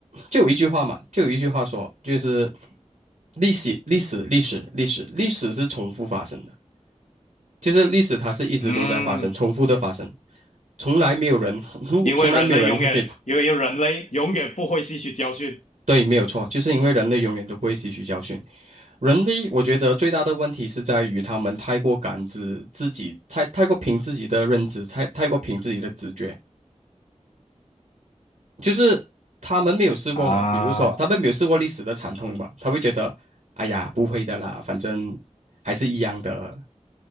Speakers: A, on the right; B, on the left.
A: 就有一句话嘛，就有一句话说，就是历史、历史、历史、历史、历史是重复发生的。就是历史它是一直都在发生，
B: 嗯，
A: 重复的发生，从来没有人，如从来没有人会给
B: 因为人类永远，因为人类永远不会吸取教训
A: 对，没有错，就是因为人类永远都不会吸取教训。人类，我觉得最大的问题是在于他们太过感知自己，太太过凭自己的认知，太太过凭自己的直觉，就是他们没有试过嘛。
B: 啊，
A: 比如说，他们没有试过历史的惨痛嘛，他会觉得，哎呀，不会的啦，反正还是一样的。